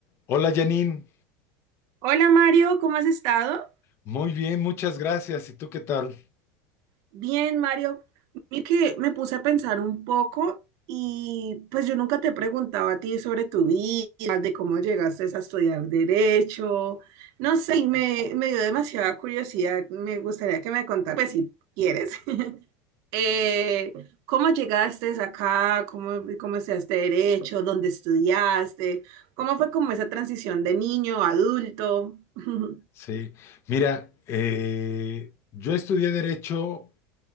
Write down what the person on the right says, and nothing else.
Hola Mario, ¿cómo has estado?
Bien, Mario. Mira que me puse a pensar un poco y pues yo nunca te he preguntado a ti sobre tu vida, de cómo llegaste a estudiar derecho. No sé, y me, me dio demasiada curiosidad. Me gustaría que me contaras, pues si quieres, <laughs> eh, cómo llegaste acá, cómo, cómo estudiaste derecho, dónde estudiaste, cómo fue como esa transición de niño a adulto, <laughs>